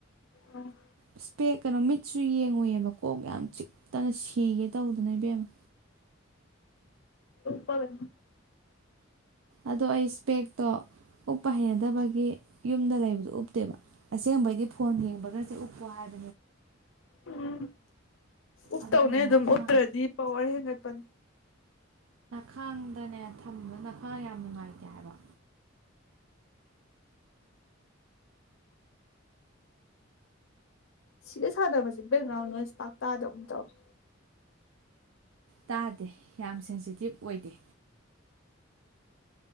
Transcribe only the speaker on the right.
ꯏꯁꯄꯦ ꯀꯩꯅꯣ ꯃꯤꯠꯁꯨ ꯌꯦꯡꯉꯨꯏꯑꯕ ꯀꯣꯛ ꯌꯥꯝ ꯆꯤꯛꯇꯅ ꯁꯤꯒꯦ ꯇꯧꯗꯅ ꯏꯕꯦꯝꯃ
ꯑꯗꯣ ꯑꯩ ꯏꯁꯄꯦꯛꯇꯣ ꯎꯞꯄ ꯍꯩꯅꯗꯕꯒꯤ ꯌꯨꯝꯗ ꯂꯩꯕꯗꯣ ꯎꯞꯇꯦꯕ ꯑꯁꯦꯡꯕꯩꯗꯤ ꯐꯣꯟ ꯌꯦꯡꯕꯒꯁꯦ ꯎꯞꯄꯣ ꯍꯥꯏꯕ
ꯑꯗꯣ ꯑꯩꯅ
ꯅꯈꯥꯡ
ꯈꯥꯡꯗꯅꯦ ꯊꯝꯕ ꯈꯥꯡ ꯌꯥꯝ ꯅꯨꯡꯉꯥꯏꯇꯦ ꯍꯥꯏꯕ
ꯇꯥꯗꯦ ꯌꯥꯝ ꯁꯦꯟꯁꯤꯇꯤꯞ ꯑꯣꯏꯗꯦ